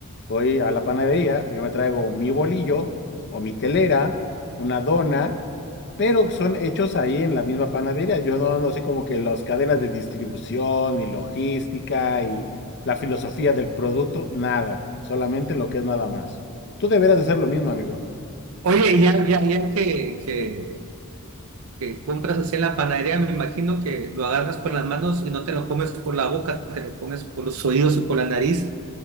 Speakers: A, on the left; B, on the right.
A: voy a la panadería, yo me traigo mi bolillo o mi telera, una dona pero son hechos ahí en la misma panadería. Yo no ando así como que las cadenas de distribución y logística y la filosofía del producto, nada, solamente lo que es nada más. Tú deberías hacer lo mismo, amigo.
B: Oye, y ya, ya, ya que, que, que compras así en la panadería, me imagino que lo agarras con las manos y no te lo comes por la boca, te lo comes por los oídos y por la nariz.